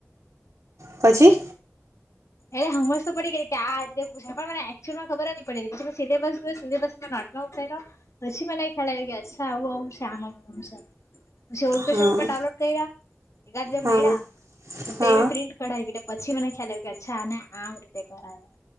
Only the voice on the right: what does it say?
પછી.
હા
હા
હા